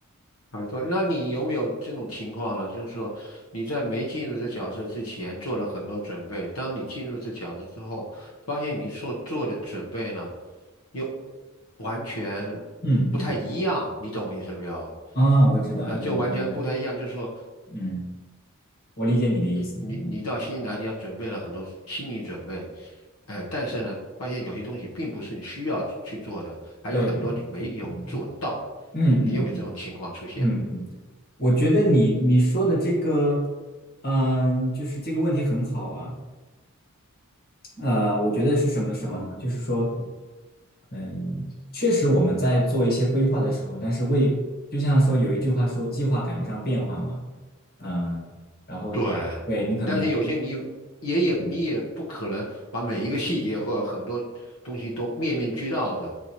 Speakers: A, on the left; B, on the left.
A: 耳朵，那你有没有这种情况呢？就是说，你在没进入这角色之前做了很多准备，当你进入这角色之后，发现你所做的准备呢，又完全不太一样，
B: 嗯嗯
A: 你懂我意思没有？
B: 啊，我知道，
A: 呃，
B: 嗯嗯
A: 就完全不太一样。就是说
B: 嗯，嗯我理解你的意思，
A: 你，
B: 嗯，
A: 你到新西兰，你要准备了很多心理准备，呃，但是呢，发现有些东西并不是你需要去做的，还有很多没有做到。
B: 对对对，嗯嗯嗯嗯。
A: 你有没有这种情况出现呢？
B: 嗯嗯，我觉得你你说的这个，嗯，就是这个问题很好啊。呃，我觉得是什么什么呢？
A: 哦。
B: 就是说，嗯，确实我们在做一些规划的时候，但是为就像说有一句话说计划赶不上变化嘛，嗯，然后对你可能
A: 对，但是有些你也也你也不可能把每一个细节或很多东西都面面俱到的
B: 对，